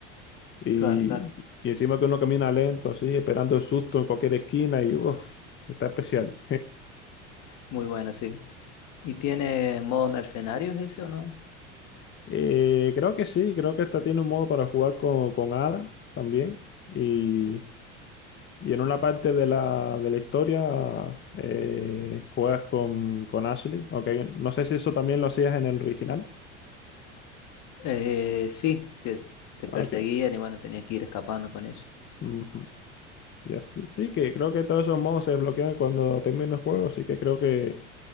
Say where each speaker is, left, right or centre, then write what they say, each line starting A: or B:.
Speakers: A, on the left; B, on the left.
A: Y,
B: Claro, claro.
A: y encima que uno camina lento, así, esperando el susto en cualquier esquina y uff, está especial.
B: Muy bueno, sí. ¿Y tiene modo mercenarios ese o no?
A: Eh, creo que sí, creo que esta tiene un modo para jugar con, con Ada también. Y, y en una parte de la, de la historia eh, juegas con, con Ashley. Okay. No sé si eso también lo hacías en el original.
B: Eh, sí, que te perseguían
A: Ah, Ok.
B: y bueno, tenías que ir escapando con ellos.
A: Ujú. Ya sí, sí, que creo que todos esos modos se desbloquean cuando termine el juego, así que creo que